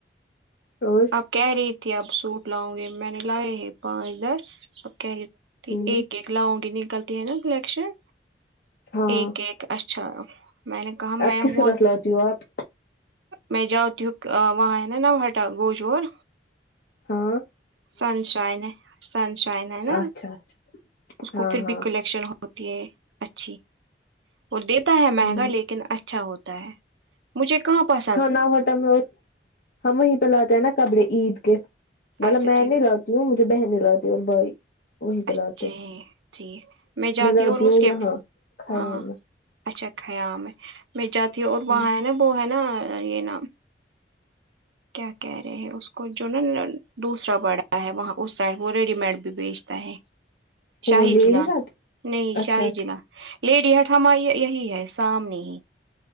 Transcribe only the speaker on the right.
کہہ رہی تھی اب سوٹ لاؤں گے میں نے لائے ہیں پانچ دس اب کہہ رہی تھی
ایک ایک لاؤ گی نکلتی ہے نا کلیکشن
ایک ایک اچھا میں نے کہا
میں
ہوں
میں جاؤ تی ہوک وہاں ہے نا نوہٹا گوشور
سن شائن ہے سن شائن
ہے نا
اس
کو پھر
بھی کلیکشن ہو ہوتی ہے اچھی وہ دیتا ہے مہنگا
لیکن اچھا ہوتا ہے مجھے کہاں پر
اچھا
ٹھیک
ہے
اچھے
ٹھیک میں جاتی
ہوں اور اس کے
ہاں
اچھا خیام ہے میں جاتی ہوں اور وہاں
ہے نا وہ ہے نا یہ نام کیا کہہ رہے ہیں اس کو جو نا دوسرا بڑا ہے وہاں اس سائڈ وہ ریڈی میڈ بھی بیچ تا ہے
شاہ
جیلان
نہیں
شاہ
جیلان لیڈی ہٹ ہما یہی ہے سامنے ہی